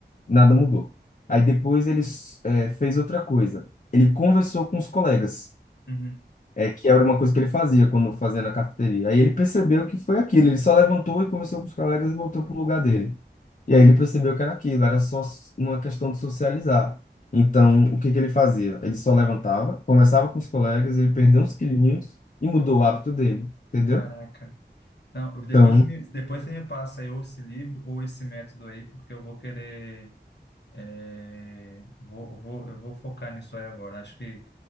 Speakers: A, on the left; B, on the left.
A: nada mudou. Aí depois ele eh, fez outra coisa. Ele conversou com os colegas,
B: Uhum.
A: é, que era uma coisa que ele fazia quando fazia na cafeteria. Aí ele percebeu que foi aquilo. Ele só levantou e conversou com os colegas e voltou para o lugar dele. E aí ele percebeu que era aquilo, era só s- uma questão de socializar. Então, o que que ele fazia? Ele só levantava, conversava com os colegas, ele perdeu uns quilinhos e mudou o hábito dele, entendeu?
B: Caraca. Não, depois
A: Então,
B: você me, depois você me passa aí ou esse livro ou esse método aí, porque eu vou querer É, vou, vou, eu vou focar nisso aí agora. Acho que